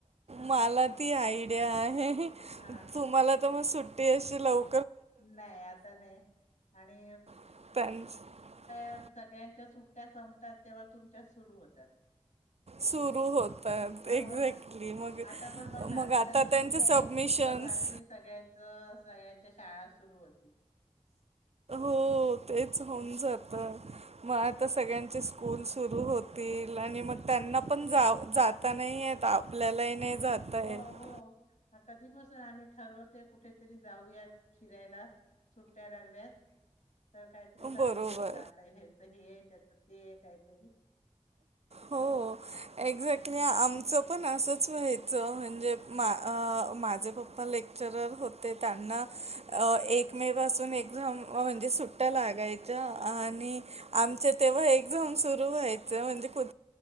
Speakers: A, on the left; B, on the right.
A: हा
B: मला <unintelligible> आहे.
A: हा
B: तुम्हाला तर मग सु <unintelligible> लव
A: नाही आता नाही आणि
B: <unintelligible>
A: <unintelligible> सगळ्यांच्या सुट्ट्या संपतात तेव्हा तुमच्या सुरू होतात
B: सुरू होतात
A: हा
B: एक्झॅक्टली
A: हो ना
B: मग
A: आता पण बघ ना
B: मग आता
A: त्याला सुट्ट्या
B: त्यांचे सबमिशन्स
A: आहे पण बाकी सगळ्यांच सगळ्यांच्या शाळा सुरू होते.
B: हो तेच होऊन जात मग आता सगळ्यांचे स्कूल सुरू होतील, आणि मग त्यांना पण जा जाता नाही येत. आपल्यालाही नाही जाता
A: हो,
B: येत
A: हो, हा कधी पासून आम्ही ठरवते कुठेतरी जाऊयात फिरायला. सुट्ट्या लागल्यात. तर काहीतरी चालूच
B: बरोबर
A: असत. आता हेच हे त्याचं ते हे काहीतरी
B: हो एक्झॅक्ट नाय आमचं पण असंच व्हायचं म्हणजे मा माझे पप्पा लेक्चरर होते त्यांना एक मे पासून एक्झामं म्हणजे सुट्ट्या लागायच्या आणि आमच्या तेव्हा एक्झामं सुरू व्हायचं म्हणजे कु-